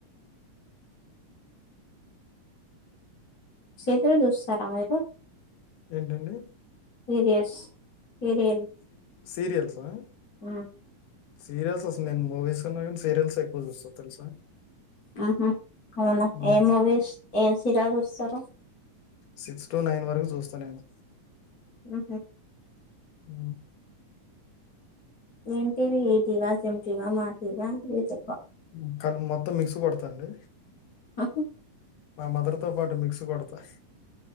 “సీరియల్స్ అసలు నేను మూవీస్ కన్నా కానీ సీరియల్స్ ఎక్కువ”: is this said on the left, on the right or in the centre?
Left